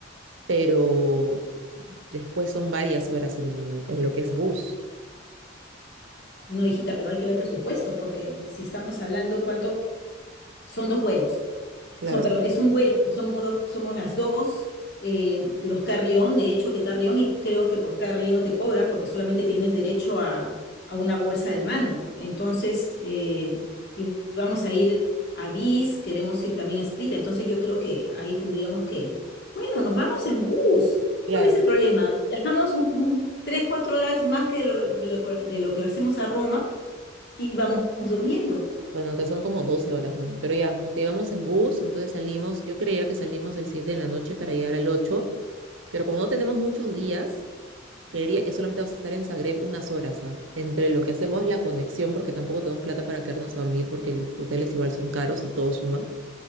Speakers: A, on the right; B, on the left.
A: pero después son varias horas en, en lo que es bus.
B: No, hijita, pero hay que ver presupuestos, porque si estamos hablando cuánto son dos vuelos.
A: Claro,
B: So, perdón, es un vuelo, pero somos dos, somos las dos, eh, los Carrión, de hecho que Carrión, y creo que por Carrión te cobran porque solamente tienes derecho a, a una bolsa de mano. Entonces, eh, y vamos a ir a Bis, queremos ir también a Split, entonces yo creo que ahí tendríamos que, bueno, nos vamos en bus.
A: claro.
B: ¿Cuál es el problema? Viajamos un, un- tres, cuatro horas más que lo, de lo de lo que hacemos a Roma y vamos durmiendo.
A: Bueno, que son como 12 horas, mami. Pero ya, ok, vamos en bus, entonces salimos, yo creía que salimos el 7 en la noche para llegar al ocho pero como no tenemos muchos días, creería que solamente vamos a estar en Zagreb unas horas, ¿ah? Entre lo que hacemos la conexión, porque tampoco tenemos plata para quedarnos a dormir, porque los hoteles igual son caros y todo suma,